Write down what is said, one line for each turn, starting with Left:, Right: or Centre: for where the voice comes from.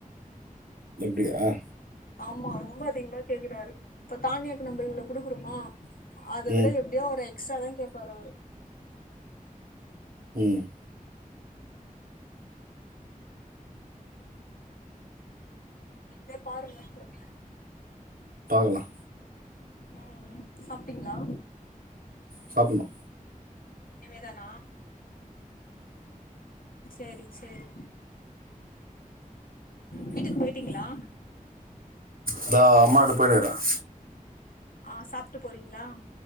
Right: அப்பிடியா க்ஷ
Left: ஆமா ரொம்ப அதிகமா கேக்குறாரு இப்ப தானியாக்கு நம்ம இவ்ளவு குடுக்குறோமா அதை
Right: ம்
Left: விட எப்டியோ ஒரு எட் சமைக்க போரவாரு
Right: ம்
Left: என் பாருங்கப் எப்டினு
Right: பாக்கலாம்
Left: ம் சாப்பிட்டீங்களா
Right: சாப்டுணும்
Left: இனிமேதானா சேரி சேரி வீட்டுக்கு போயிட்டீங்களா
Right: அதா அம்மா கிட்ட போயினே இருகேன்
Left: ஆஹ சாப்ட்டு போறீங்களா